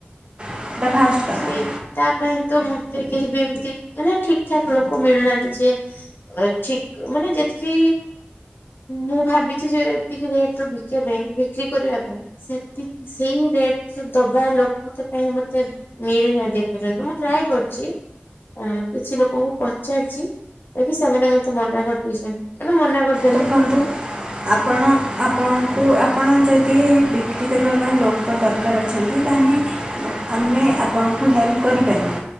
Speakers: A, on the right; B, on the left.
A: ସେଇଟା ଫାଷ୍ଟ କଥା
B: ସିଏ ତା ପାଇଁ ତ ମତେ କେହିିବି ଏମତି ମାନେ ଠିକ୍ ଠାକ୍ ଲୋକ ମିଳୁନାହାଁନ୍ତି ଯେ ଠିକ୍ ମାନେ ଯେତିକି, ମୁଁ ଭାବିଚି ଯେ ଏତିକି ରେଟ୍ ବିକିବା ମେନ୍ ବିକ୍ରି କରିବା ପାଇଁ, ସେତିକି ସେଇ ରେଟ୍ ରେ ଦବା ଲୋକ କାଇଁ ମତେ ମତେ ମିଳିନାହାଁନ୍ତି ଏପର୍ଯ୍ୟନ୍ତ, ମୁଁ ଟ୍ରାଏ କରିଚି। ହଁ, କିଛି ଲୋକଙ୍କୁ ପଚାରିଚି, ଯେକି ସେମାନେ ମତେ ମନା କରିଦେଇଚନ୍ତି, <unintelligible> ମନା କରିଦେ
A: ଦେଖନ୍ତୁ, ଆପ୍ ଆପଣ, ଆପଣଙ୍କୁ ଆପଣ ଯଦି ବିକ୍ରି କରିବା ପାଇଁ ଲୋକ ଦରକାର ଅଛନ୍ତି, ତା ହେଲେ ଆମେ ଆପଣଙ୍କୁ ହେଲ୍ପ କରିପାରିବୁ।